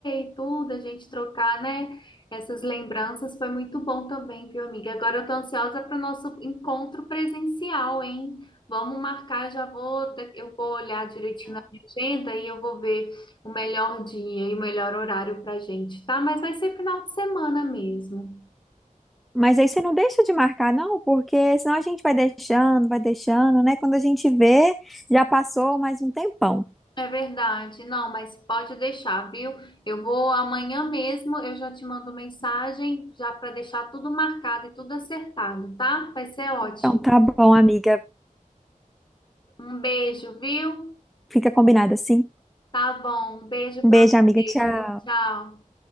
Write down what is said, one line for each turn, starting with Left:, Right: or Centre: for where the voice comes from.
Left: e tudo, a gente trocar, né, essas lembranças foi muito bom também, viu, amiga? Agora eu tô ansiosa para o nosso encontro presencial, hein? Vamos marcar, já vou, de- eu vou olhar direitinho na minha agenda e eu vou ver o melhor dia e o melhor horário pra gente, tá? Mas vai ser final de semana mesmo.
Centre: Mas aí você não deixa de marcar, não, porque senão a gente vai deixando, vai deixando, né? Quando a gente vê, já passou mais um tempão.
Left: É verdade, não, mas pode deixar, viu? Eu vou amanhã mesmo, eu já te mando mensagem já para deixar tudo marcado e tudo acertado, tá? Vai ser ótimo.
Centre: Então tá bom, amiga.
Left: Um beijo, viu?
Centre: Fica combinado assim.
Left: Tá bom, um beijo
Centre: Um
Left: para
Centre: beijo,
Left: você.
Centre: amiga. Tchau.
Left: Tchau.